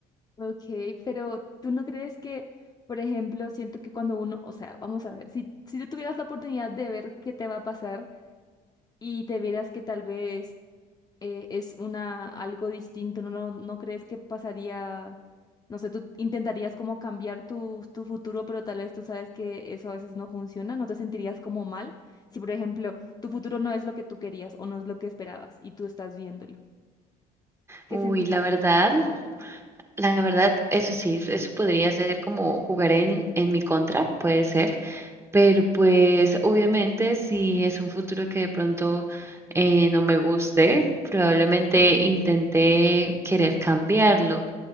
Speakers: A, on the left; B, on the right.
A: Ok, pero tú no crees que, por ejemplo, siento que cuando uno, o sea, vamos a ver, si, si tú tuvieras la oportunidad de ver qué te va a pasar y te vieras que tal vez eh, es una algo distinto, ¿no, no, no crees que pasaría, no sé, tú intentarías como cambiar tu, tu futuro, pero tal vez tú sabes que eso a veces no funciona, no te sentirías como mal si, por ejemplo, tu futuro no es lo que tú querías o no es lo que esperabas y tú estás viéndolo, ¿qué
B: uy,
A: sentirías?
B: la verdad, la verdad, eso sí, eso podría ser como jugar en, en mi contra, puede ser, Pero pues obviamente si es un futuro que de pronto eh, no me guste, probablemente
A: Sí,
B: intenté querer cambiarlo,